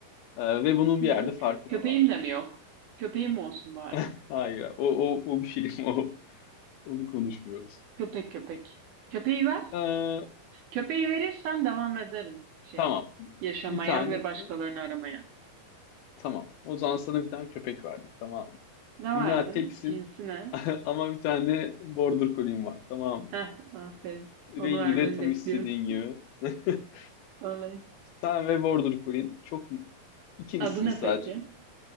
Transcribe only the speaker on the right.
Hı.
Köpeğim
de mi yok? Köpeğim olsun bari.
Köpek köpek. Köpeği ver.
Köpeği verirsen devam ederim şeye.
Yaşamaya
ve
başkalarını aramaya.
Ne
verdin?
Cinsi ne?
Heh, aferin.
Onu vermeni
bekliyorum.
Oley.
Adı ne
peki?